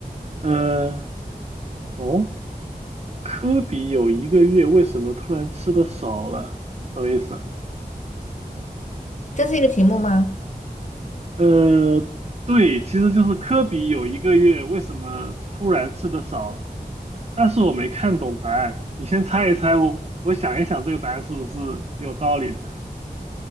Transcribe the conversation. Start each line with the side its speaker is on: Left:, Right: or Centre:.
Right: 嗯，哦，科比有一个月为什么突然吃的少了？什么意思啊？
Left: 这是一个题目吗？
Right: 呃，对，其实就是科比有一个月为什么突然吃的少了，但是我没看懂答案，你先猜一猜，我我想一想这个答案是不是有道理的？